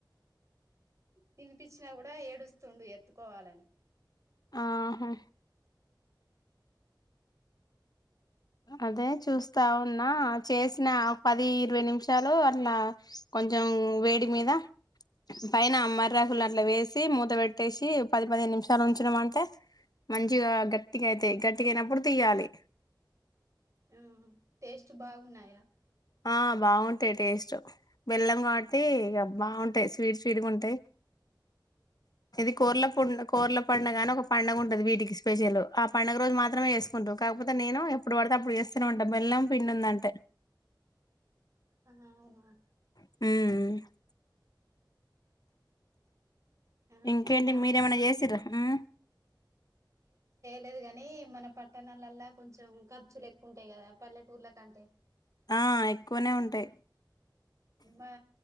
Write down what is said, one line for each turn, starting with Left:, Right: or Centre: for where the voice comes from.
Right: తినిపిచ్చినా కూడా ఏడుస్తుండు ఎత్తుకోవాలని
Left: ఆహా అదే చూస్తా ఉన్నా చేసిన పది ఇరవై నిమిషాలు అట్లా కొంచెం వేడి మీద పైన మర్రాకుల్లు అట్ల వేసి మూత పెట్టేసి పది పదిహేను నిమిషాలు ఉంచినం అంటే మంచిగా గట్టిగయితయి గట్టిగయినప్పుడు తీయాలి
Right: ఆ టేస్ట్ బాగున్నాయా
Left: ఆ బాగుంటయి టేస్ట్ బెల్లం కాబట్టి ఇగ బాగుంటయి టయి స్వీట్ స్వీట్గ ఉంటాయి ఇది కోర్ల పూ కోర్ల పండగా అని ఒక పండగుంటది వీటికి స్పెషల్ ఆ పండగ రోజు మాత్రమే చేసుకుంట టరు కాకపోతే నేను ఎప్పుడు పడితే అప్పుడు చేస్తానే ఉంట బెల్లం పిండి ఉందంటే
Right: ఆ అవునా
Left: ఉమ్
Right: ఆ
Left: ఇంకేంటి
Right: మన
Left: మీరేమన్న చేసిన్రా
Right: లేదు కాని మన పట్టణాలల్లా కొంచెం ఖర్చులు ఎక్కువుంటయి కదా పల్లెటూర్ల కంటే
Left: ఆ ఎక్కువనే ఉంటయి
Right: ఆ